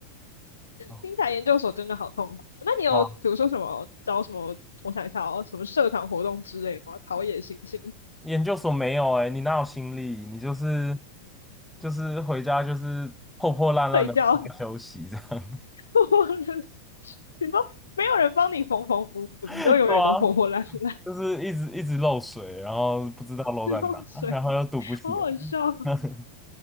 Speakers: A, in the centre; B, on the left.
A: 哦，
B: 听起来研究所真的好痛苦。那你有比如说什么找什么？
A: 哇
B: 我想一下哦，什么社团活动之类吗？陶冶心性，
A: 研究所没有哎、你哪有心力？你就是就是回家就是破破烂烂的回家休息这样。
B: 睡觉，<laughs> 你说没有人帮你缝缝补补，
A: <laughs>
B: 你就永远都破破烂烂，
A: 对啊，就是一直一直漏水，然后不知道漏在哪，
B: 漏水，
A: 然后又堵不起来。
B: 好好笑。
A: <laughs>